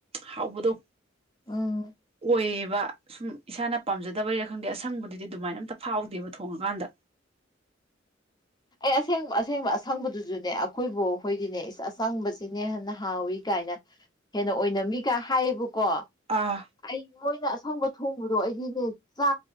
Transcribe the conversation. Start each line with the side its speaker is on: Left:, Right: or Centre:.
Right: ꯍꯥꯎꯕꯗꯣ
Left: ꯎꯝ
Right: ꯑꯣꯏꯌꯦꯕ ꯁꯨꯝ ꯏꯁꯥꯅ ꯄꯥꯝꯖꯗꯕꯩꯔ ꯈꯪꯗꯦ ꯑꯁꯪꯕꯗꯨꯗꯤ ꯑꯗꯨꯃꯥꯏꯅ ꯑꯝꯇ ꯐꯥꯎꯗꯦꯕ ꯊꯣꯡꯉꯀꯥꯟꯗ
Left: ꯑꯦ ꯑꯁꯦꯡꯕ ꯑꯁꯦꯡꯕ ꯑꯁꯪꯕꯗꯨꯁꯨꯅꯦ ꯑꯩꯈꯣꯏ ꯕꯤꯛ ꯈꯣꯏꯗꯤꯅꯦ ꯑꯁꯪꯕꯁꯤꯅꯦ ꯍꯟꯅ ꯍꯥꯎꯋꯤ ꯀꯥꯏꯅ ꯍꯦꯟꯅ ꯑꯣꯏꯅꯝꯃꯤꯒ ꯍꯥꯏꯌꯦꯕꯀꯣ
Right: ꯑꯥ
Left: ꯑꯩꯈꯣꯏꯅ ꯑꯁꯪꯕ ꯊꯣꯡꯕꯗꯣ ꯑꯩꯗꯤꯅꯦ ꯆꯥ